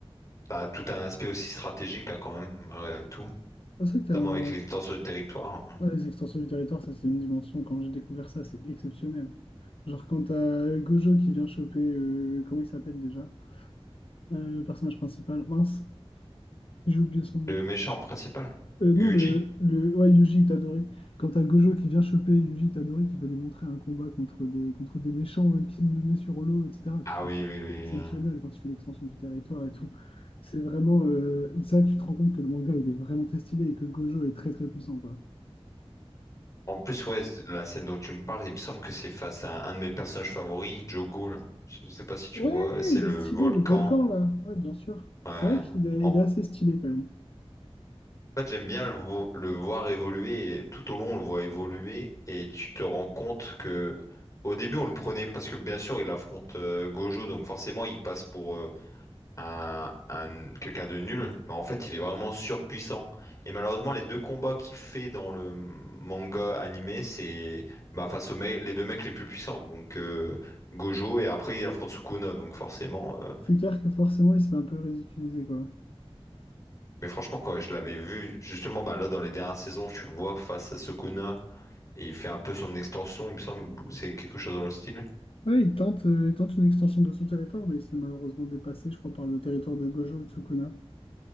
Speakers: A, on the left; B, on the left.
A: t'as tout un aspect aussi stratégique hein, quand même, malgré tout,
B: Ah, C'est vrai que t'as
A: notamment
B: un-
A: avec l'extension du territoire.
B: ouais, les extensions du territoire, ça c'est une dimension, quand j'ai découvert ça, c'est exceptionnel. Genre quand t'as Gojo qui vient choper, euh, comment il s'appelle déjà? Euh, le personnage principal, mince, j'ai oublié son nom.
A: Le méchant principal?
B: Euh, non,
A: Yuji?
B: le, le... Ouais, Yuji Itadori. Quand t'as Gojo qui vient choper Yuji Itadori, qui veut lui montrer un combat contre des, contre des méchants et qu'il le met sur l'eau, etc.
A: Ah
B: Je trouve
A: oui,
B: ça
A: oui, oui.
B: exceptionnel
A: oui.
B: quand il fait l'extension du territoire et tout. C'est vraiment... euh, C'est vrai que tu te rends compte que le manga, il est vraiment très stylé et que Gojo est très très puissant, quoi.
A: En plus, ouais, c- la scène dont tu me parles, il me semble que c'est face à un de mes personnages favoris, Jogo, là. Je sais pas si tu
B: Ouais,
A: vois, c'est
B: il
A: le
B: est stylé,
A: volcan.
B: le volcan, là. Ouais, bien sûr.
A: Ouais.
B: C'est vrai qu'il est,
A: En
B: il est assez stylé, quand même.
A: fait, j'aime bien le, vo- le voir évoluer, et tout au long, on le voit évoluer, et tu te rends compte que, au début, on le prenait, parce que bien sûr, il affronte euh, Gojo, donc forcément, il passe pour, euh, un, un- quelqu'un de nul, mais en fait, il est vraiment surpuissant. Et malheureusement, les deux combats qu'il fait dans le manga animé, c'est bah, face aux me- les deux mecs les plus puissants, donc euh, Gojo, et après, il affronte Sukuna, donc forcément. euh,
B: C'est clair que forcément, il se fait un peu ridiculiser, quoi.
A: Mais franchement, quand je l'avais vu, justement, bah, là, dans les dernières saisons, tu le vois face à Sukuna, et il fait un peu son extension, il me semble, ou c'est quelque chose dans le style.
B: Ouais, il tente, euh, il tente une extension de son territoire, mais il se fait malheureusement dépassé, je crois, par le territoire de Gojo Tsukuna.